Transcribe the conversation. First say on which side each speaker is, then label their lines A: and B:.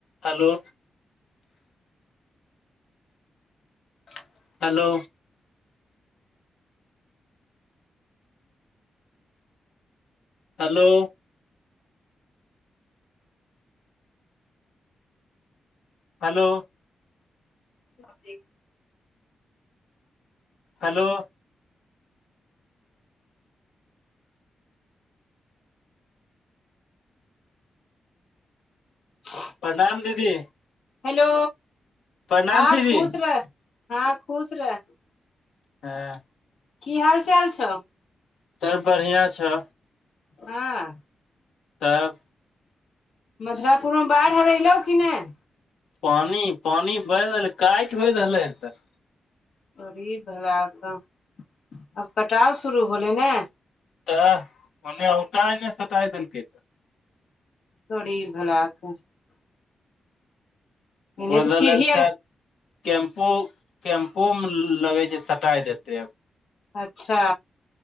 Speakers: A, on the left; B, on the left.
A: hello
B: <unintelligible>
A: Hello hello hello.
B: <inaudible>
A: हलो
B: ह
A: प्रणाम दीदी
B: हेलो,
A: प्रणाम
B: हँ
A: दीदी
B: खुश रह, हँ खुश रह।
A: हँ
B: की हाल चाल छौ
A: सभ बढ़िया छौ
B: हां
A: तब।
B: मथुरापुरमे बाढ़ि हर एलहुँ कि नई
A: पानि पानि बहि रहलै काटि होइ रहलै एतऽ
B: अभी भारा क आब कटाव शुरू होलै ने
A: तऽ ओन्ने औटाने सटाय देलकै तऽ
B: तोड़ी भलाऽक एने
A: बजल
B: तऽ सीढ़ी
A: सिर।
B: आर
A: कैम्पो कैम्पोमे लगै छै सटाइ देते
B: अच्छा।